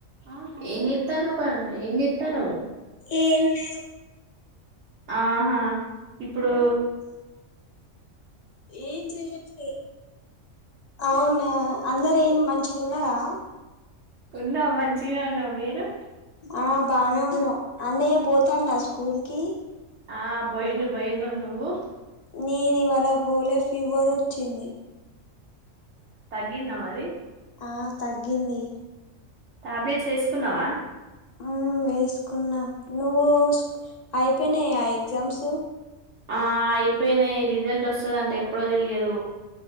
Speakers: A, on the right; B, on the left.
A: హ హలో ఎం చేతనావ్ ప ఎం చేతనావ్
B: ఏం లేదు
A: ఆహా ఇప్పుడు
B: ఏం చెయట్లే అవునా అందరు ఏం మంచి ఉన్నారా
A: ఉన్నా మంచిగనే ఉన్నా మీరు
B: ఆ బానే ఉన్నావు అన్నయ్య పోతాండా స్కూల్ కి
A: ఆ పోయిండు పోయిను నువ్వు
B: నేను ఇవాళ బోలే ఫివర్ వొచింది
A: న్న మరి
B: ఆ తగ్గింది
A: టాబ్లెట్స్ వేసుకున్నావా
B: ఆ వేసుకున్నా నువ్వు అయిపోయినాయి ఆ ఎగ్జామ్స్
A: ఆ అయిపోయినాయి రిజల్ట్ వస్తుంది అంటే ఎప్పుడో తెలియదు